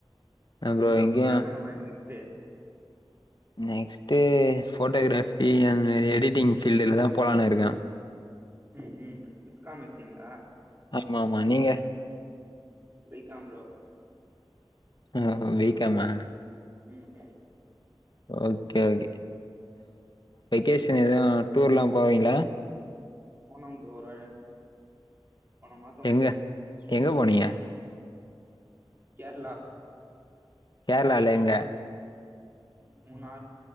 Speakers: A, on the left; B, on the right.
A: ஆ ப்ரோ
B: என்
A: எங்கயு
B: ன்னா பண்ண போறீங்க நெக்ஸ்டு
A: நெக்ஸ்ட்டு ஃபோட்டோகிராஃபி அந்தமாரி எடிட்டிங் ஃபீல்டுல தா போலான் இருக்கே
B: ம் ம் பிஸ்காமத்தீங்ளா
A: ஆமா ஆமா நீங்க
B: பி காம் ப்ரோ
A: ஓஹோ பீ காமா
B: ம் ம்
A: ஓகே ஓகே வெக்கேஷன் எது டூர்லா போவீங்ளா
B: போனோ ப்ரோ ஒரு போன மாசம்
A: எங்க
B: போனோ
A: எங்க போனிங்க
B: கேர்ளா
A: கேர்ளால எங்க
B: மூணார்